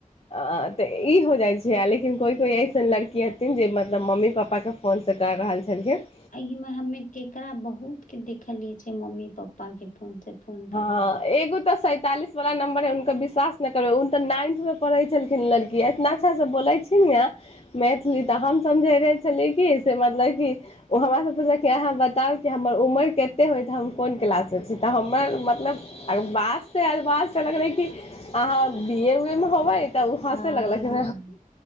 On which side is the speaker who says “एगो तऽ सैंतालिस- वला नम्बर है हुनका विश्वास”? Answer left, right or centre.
Left